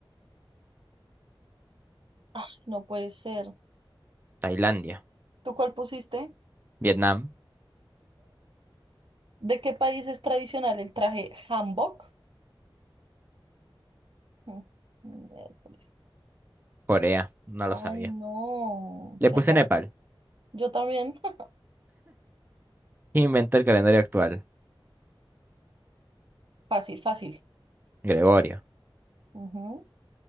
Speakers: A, on the right; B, on the right.
A: Ay, no puede ser.
B: Tailandia,
A: ¿Tú cuál pusiste?
B: Vietnam,
A: ¿De qué país es tradicional el traje hanbok? Mm, Miércoles.
B: Corea. No
A: Ay,
B: lo sabía.
A: no,
B: Le
A: qué
B: puse
A: raro.
B: Nepal.
A: Yo también. <laughs>
B: ¿Quién inventó el calendario actual?
A: Fácil, fácil.
B: Gregorio.
A: Ujú.